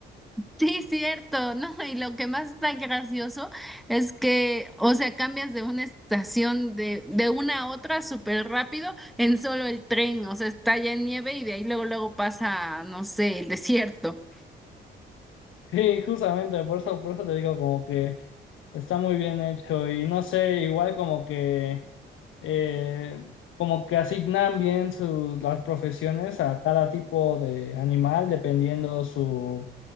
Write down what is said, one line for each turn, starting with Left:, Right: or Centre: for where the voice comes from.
Centre: Sí, cierto, ¿no? Y lo que más está gracioso es que, o sea, cambias de una estación de, de una a otra súper rápido en solo el tren, o sea, está ya en nieve y de ahí luego, luego pasa, no sé, el desierto.
Left: Sí, justamente, por eso, por eso te digo como que está muy bien hecho, y no sé, igual como que eh, como que asignan bien sus, las profesiones a cada tipo de animal dependiendo su,